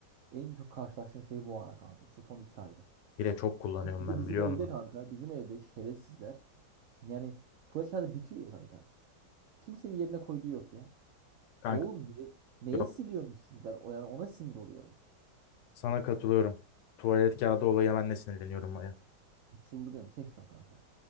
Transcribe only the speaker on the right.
en çok karşılaştığım şey bu ara kanka. Şu son iki aydır.
Bir
de bizim
evde
kanka. Bizim evde şerefsizler. Yani tuvalet kağıdı bitiyor ya kanka. Kimsenin yerine koyduğu yok ya.
Oğlum ne, neye
siliyorsunuz siz? Ben o, yani ona sinir oluyorum.
Çıldırıyorum. Seçtim kanka.